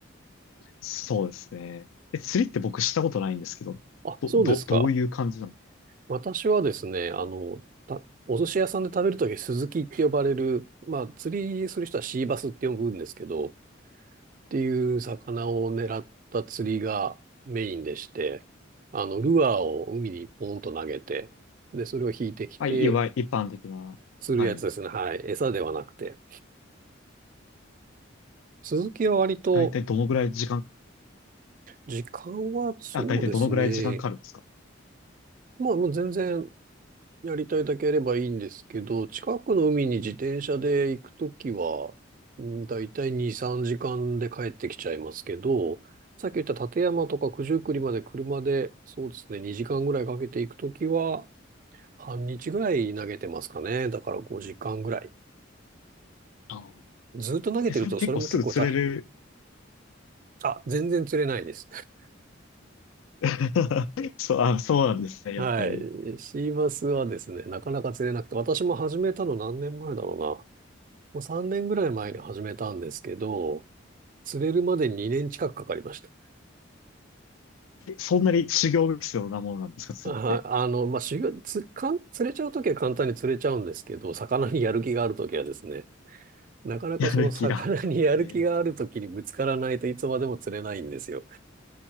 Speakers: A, on the left; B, on the right.
A: そうですね。え、釣りって僕したことないんですけど、
B: あ、
A: ど、
B: そうですか。
A: ど、どういう感じなの
B: 私はですね、あの、た、お寿司屋さんで食べるとき、スズキって呼ばれる、まあ、釣りする人はシーバスって呼ぶんですけど、っていう魚を狙った釣りがメインでして、あの、ルアーを海にポンと投げて、で、それを引いてきて、
A: はい、いわゆる一般的な。
B: 釣るやつですね。
A: はい。
B: はい。餌ではなくて。スズキは割と、
A: だいたいどのぐらい時間、
B: 時間はそうですね。
A: あ、だいたいどのぐらい時間かかるんですか
B: まあ、もう全然やりたいだけやればいいんですけど、近くの海に自転車で行くときは、うんだいたい2、3時間で帰ってきちゃいますけど、さっき言った立山とか九十九里まで車で、そうですね、2時間ぐらいかけて行くときは、半日ぐらい投げてますかね。だから5時間ぐらい。
A: ああ、
B: ずっと投げてるとそれも結構大変。
A: え、それ結構すぐ釣れる。
B: あ、全然釣れないです。<laughs>
A: <laughs> そう、あ、そうなんですね、
B: はい。
A: やっぱり。
B: シーマスはですね、なかなか釣れなくて、私も始めたの何年前だろうな。もう3年ぐらい前に始めたんですけど、釣れるまで2年近くかかりました。
A: えそんなに修行が必要なものなんですか、釣りって。
B: あ、あの、まあ、修行、つ、かん、釣れちゃうときは簡単に釣れちゃうんですけど、魚にやる気があるときはですね、なかなかその魚にやる気があるときにぶつからないといつまでも釣れないんですよ。
A: <laughs> やる気が。ええ。